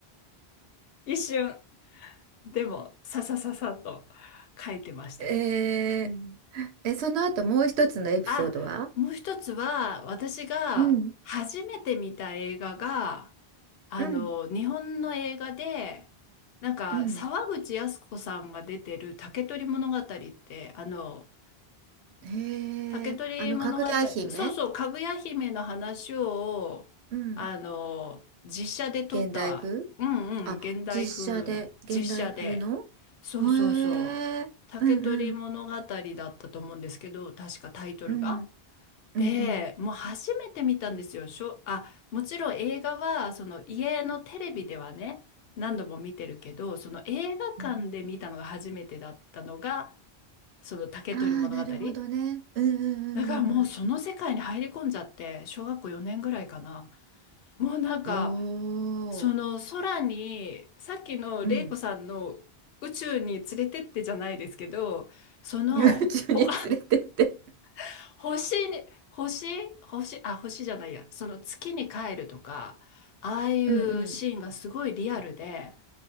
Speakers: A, on the left; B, on the right.
A: 一瞬。でも、ささささっと書いてましたけど。
B: えー、
A: うん。
B: え、その後もう一つのエピソードは
A: あ、もう一つは、私が初めて見た映画が、
B: うん。
A: あの、
B: うん。
A: 日本の映画で、なんか、
B: うん。
A: 沢口靖子さんが出てる竹取物語って、あの、
B: へえ、
A: 竹取物語、
B: あの、かぐや姫
A: そうそう、かぐや姫の話を、
B: うん。
A: あの、実写で撮った、
B: 現代風
A: うんうん、
B: あ、
A: 現代風の実写で、
B: 実写で現代風の
A: そうそうそう、
B: へえ、
A: 竹取物語だったと思うんですけど、
B: うんうん。
A: 確かタイトルが。
B: うん。うんうん。
A: で、もう初めて見たんですよ。しょ、あ、もちろん映画は、その家のテレビではね、何度も見てるけど、その映画館で見たのが初めてだったのが、
B: うん
A: その竹取物語。
B: ああ、なるほどね。うんうんうんうん
A: だからもうその世界に入り込んじゃって、小学校4年ぐらいかな。もうなんか、
B: うん。お
A: その空に、
B: お。
A: さっきの玲子さんの宇宙に連れてってじゃないですけど、
B: うん。
A: その、
B: <laughs> 宇宙に連れてって。
A: ほ、<laughs> 星に、星、星、あ、星じゃないや、その月に帰るとか、ああいうシーンがすごいリアルで、
B: うんう